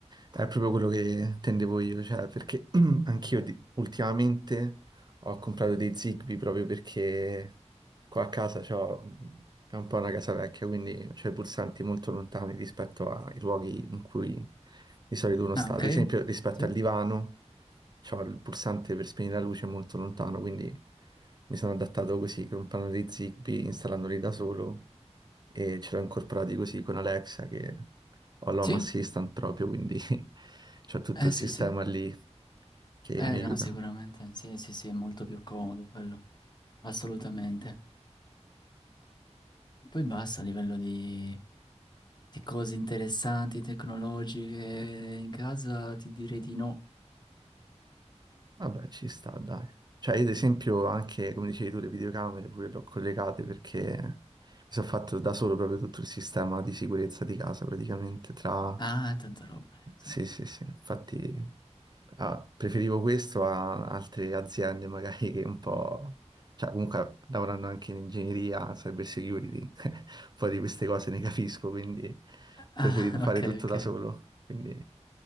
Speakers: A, on the right (about 35°); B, on the left (about 40°).
A: è proprio quello che tendevo io, cioè perché <clears throat> anch'io di- ultimamente ho comprato dei Zigbee proprio perché qua a casa c'ho, è un po' una casa vecchia, quindi c'ho i pulsanti molto lontani rispetto ai luoghi in cui di solito uno
B: Ah,
A: sta.
B: ok?
A: Ad esempio rispetto
B: Sì?
A: al divano c'ho il pulsante per spegnere la luce molto lontano, quindi mi sono adattato così, comprando dei Zigbee, installandoli da solo e ce l'ho incorporati così con Alexa che ho l'Home
B: Sì?
A: Assistant proprio, quindi <laughs> c'ho tutto
B: Eh
A: il
B: sì,
A: sistema
B: sì.
A: lì che
B: Eh
A: mi aiuta.
B: no, sicuramente. Sì, sì, sì, è molto più comodo quello. Assolutamente. E poi basta a livello di, di cose interessanti, tecnologiche in casa, ti direi di no.
A: Vabbè, ci sta, dai. Cioè, io ad esempio anche, come dicevi tu, le videocamere pure le ho collegate perché mi sono fatto da solo proprio tutto il sistema di sicurezza di casa, praticamente, tra
B: Ah, tanta roba. eh, sì.
A: Sì, sì, sì, infatti ah, preferivo questo a altre aziende magari che un po', cioè comunque lavorando anche in ingegneria, cyber security, <laughs> un po' di queste cose ne capisco, quindi ho
B: Ah,
A: preferito
B: <laughs>
A: fare
B: ok,
A: tutto
B: ok.
A: da solo, quindi